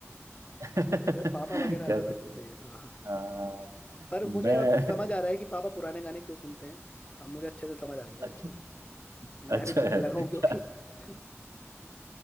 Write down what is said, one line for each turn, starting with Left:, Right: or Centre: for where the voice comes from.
Right: <laughs>
Left: ये पापा
Right: क्या
Left: वगैरह ज्यादा
Right: सकते
Left: सुनते
Right: हैं
Left: हैं हाँ हाँ
Right: आ,
Left: पर
Right: मैं
Left: मुझे अब समझ आ रहा है कि पापा पुराने गाने क्यों सुनते हैं अब मुझे अच्छे से समझ आ गया
Right: अच्छा
Left: मैं
Right: अच्छा
Left: भी सुनने
Right: है
Left: लगा हूँ
Right: क्या
Left: क्योंकि <laughs>